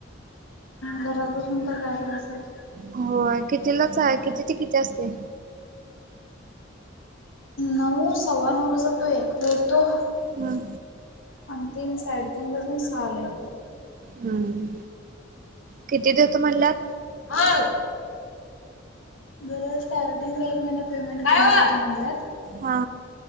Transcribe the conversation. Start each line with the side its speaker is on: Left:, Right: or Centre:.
Left: घरात बसून तर काय करायचंय
Right: होय कितीलाच आहे किती ते किती असते
Left: नऊ सव्वा नऊ ला जातोय एकला येतो
Right: ह
Left: आणि तीन साडेतीन जावून सहाला येतोय.
Right: हम् किती दितो म्हणल्यात?
Left: हा बर स्टार्टिंगला एक महिना पेमेंट कमी देतो म्हटल्यात
Right: हा